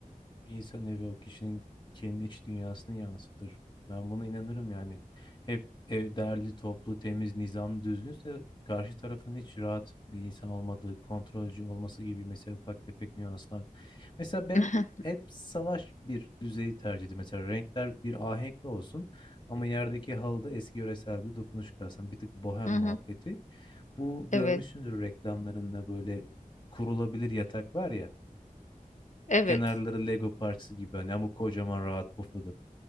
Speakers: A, on the left; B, on the left.
A: Bir insan evi o kişinin kendi iç dünyasını yansıtır. Ben buna inanırım yani. Hep ev derli, toplu, temiz, nizamlı, düzgünse karşı tarafın hiç rahat bir insan olmadığı, kontrolcü olması gibi mesela ufak tefek nüanslar. Mesela ben
B: <laughs> Mhm.
A: hep salaş bir düzeyi tercih ediyorum. Mesela renkler bir ahenkli olsun ama yerdeki halıda eski yöresel bir dokunuş kalsın. Bir tık bohem
B: mhm.
A: muhabbeti. Bu görmüşsündür
B: Evet.
A: reklamlarında böyle kurulabilir yatak var ya.
B: Evet.
A: Kenarları Lego parçası gibi hani ama kocaman rahat pufuduk.